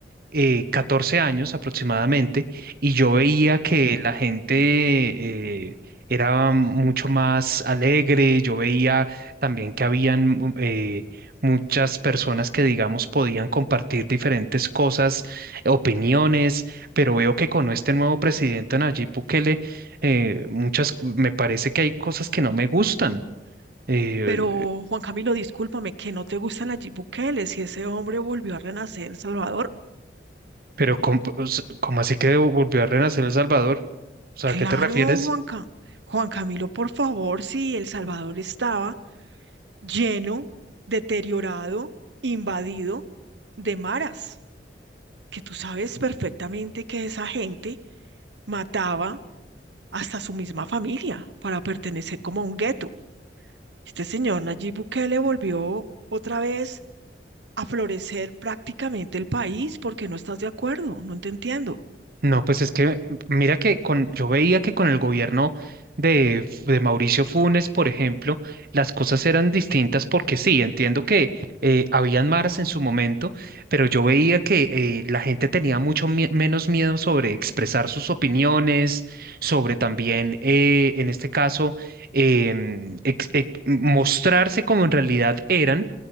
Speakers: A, on the right; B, on the right.
A: eh, 14 años aproximadamente y yo veía que la gente eh, era mucho más alegre, yo veía también que habían mu- eh, muchas personas que, digamos, podían compartir diferentes cosas, opiniones, pero veo que con este nuevo presidente Nayib Bukele, eh, muchas, me parece que hay cosas que no me gustan. eh,
B: Pero, Juan Camilo, discúlpame, que no te gusta Nayib Bukele, si ese hombre volvió a renacer Salvador.
A: pero, ¿cómo, cómo así que volvió a renacer El Salvador? O sea,
B: Claro,
A: ¿a qué te refieres?
B: Juanca. Juan Camilo, por favor, si El Salvador estaba lleno, deteriorado, invadido de maras, que tú sabes perfectamente que esa gente mataba hasta su misma familia para pertenecer como a un gueto. Este señor Nayib Bukele volvió otra vez a florecer prácticamente el país porque no estás de acuerdo, no te entiendo.
A: No, pues es que mira que con, yo veía que con el gobierno de, F- de Mauricio Funes, por ejemplo, las cosas eran distintas porque sí, entiendo que eh, habían maras en su momento, pero yo veía que eh, la gente tenía mucho mie- menos miedo sobre expresar sus opiniones, sobre también, eh, en este caso, em, ex- ex- mostrarse como en realidad eran.